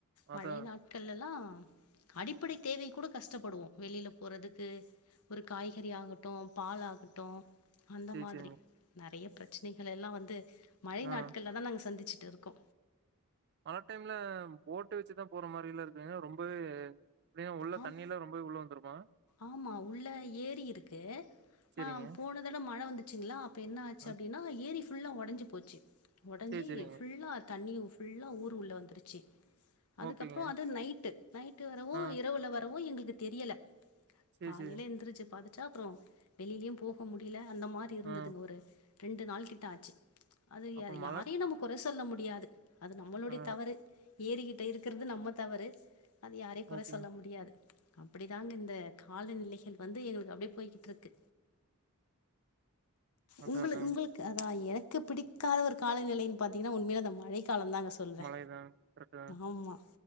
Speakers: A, on the right; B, on the left.
A: அதா
B: மழை நாட்கள்லல்லா அடிப்படை தேவை கூட கஷ்டப்படுவோ வெளியில போறதுக்கு ஒரு காய்கறி ஆகட்டூ பால் ஆகட்டூ அந்த
A: சேரி
B: மாதிரி
A: சேரிங்க
B: நற் றைய ப்ரச்சனைகள் எல்லா வந்து மழை
A: ஆ
B: நாட்கள்ல தா நாங்க சந்திச் டுருக்கோ
A: மழ டைம்ல போட்டு வச்சுதா போற மாரி இல்லர் ன ரொம்பவே எப்டினா உள்ள
B: ஆம்
A: தண்ணிலா ரொம்பவே உள்ள வந்துருமா
B: ஆமா உள்ள ஏரி இருக்கு
A: சேரிங்க
B: ஆ போன தட மழ வந்துச்சுங்ளா அப்ப என்ன ஆச்சு
A: ஆ
B: அப்டினா ஏரி ஃப் ஃபுல்லா ஒடஞ்சு போச்சு ஒடஞ்சி
A: சேரி சேரிங்க
B: ஃபுல்லா தண்ணி ஃபுல்லா ஊர் உள்ள வந்துருச்சி அதுக்கப்றோ
A: ஓகேங்க
B: அது நைட்டு நைட்டு வரவூ
A: ஆ
B: எர் ல வரவோ எங்களுக்கு தெரியல
A: சேரி
B: காலையில
A: சேரி
B: எந்திருச்சு பாத்தத் சாப்றோ வெளியிலயு போக முடியல அந்த மாரி இருந்துதுங்க
A: ஆ
B: ஒரு ரெண்டு நாள் கிட்ட ஆச்சு அது
A: அப்ப மழ
B: யாரையும் நம்ம கொற சொல்ல முடியாது அது நம்மளுடைய
A: ஆ
B: தவறு ஏறிகிட்ட இருக்கறது நம்ம தவறு அது யாரையும் குறை
A: ஓகே
B: <inaudible> அப்படிதாங்க இந்த காலநிலை வந்து எங்களுக்கு அப்படியே போயிட்டு இருக்கு
A: அதா
B: உங்க
A: அதா
B: உங்களுக்கு அத எனக் பிடிக்காத ஒரு காலநிலைய பாத்தீங்கன்னா உண்மையையில அந்த மழை காலம் தாங்க சொல்வ
A: மழைதா கரெக்ட்டுதா
B: ஆமா